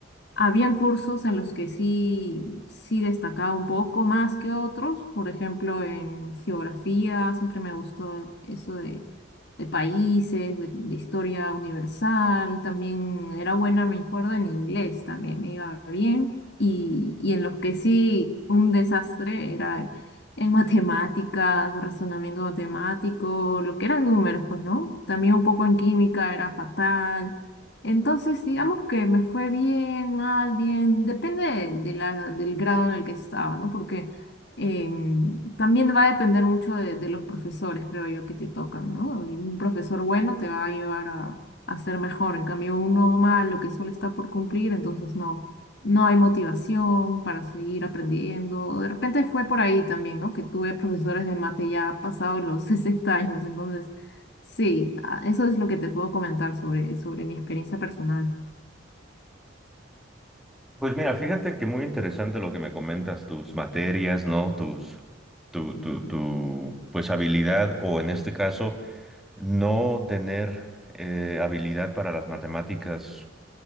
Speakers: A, on the left; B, in the centre.
A: Habían cursos en los que sí, sí destacaba un poco más que otros, por ejemplo, en geografía, siempre me gustó eso de, de países, de, de historia universal, también era buena, me acuerdo, en inglés también me iba bien, y, y en los que sí un desastre era en, en matemáticas, razonamiento matemático, lo que eran números, pues, ¿no? También un poco en química era fatal. Entonces, digamos que me fue bien, mal, bien, depende de, de la, del grado en el que estaba, ¿no? Porque em, también va a depender mucho de, de los profesores, creo yo, que te tocan, ¿no? Un profesor bueno te va a llevar a, a ser mejor, en cambio uno malo que solo está por cumplir, entonces no, no hay motivación para seguir aprendiendo. De repente fue por ahí también, ¿no? Que tuve profesores de mate ya pasados los <laughs> 60 años, entonces Sí, ah, eso es lo que te puedo comentar sobre, sobre mi experiencia personal.
B: Pues mira, fíjate que muy interesante lo que me comentas, tus materias, ¿no? Tus, tu, tu, tu, pues habilidad, o en este caso, no tener eh, habilidad para las matemáticas